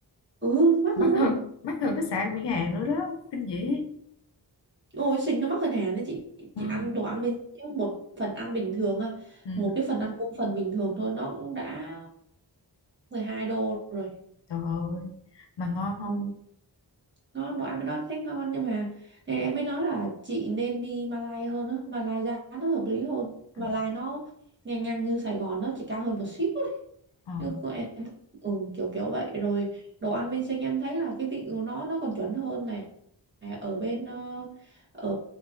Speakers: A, on the right; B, on the left.
A: Ừ, mắc
B: mắc
A: dữ lắm.
B: hơn mắc hơn khách sạn bên Hàn nữa đó kinh dị
A: Ôi, Sình nó mắc hơn Hàn đấy chị.
B: ừ.
A: Chị ăn đồ ăn bên Sình chứ một phần ăn bình thường á,
B: Ừ.
A: một cái phần ăn cơm phần bình thường thôi nó cũng đã 12 đô rồi.
B: trời ơi mà ngon không
A: Ừ. Nó đồ ăn bên đó em thấy ngon nhưng mà nên em mới nói là chị nên đi Malai hơn á, Malai giá nó hợp lý hơn.
B: ờ
A: Malai nó ngang ngang như Sài Gòn nó chỉ cao hơn một xíu.
B: ờ
A: chứ cô em ừ, kiểu kiểu vậy rồi đồ ăn bên sinh em thấy là cái vị của nó nó còn chuẩn hơn này À, ở bên ờ, ở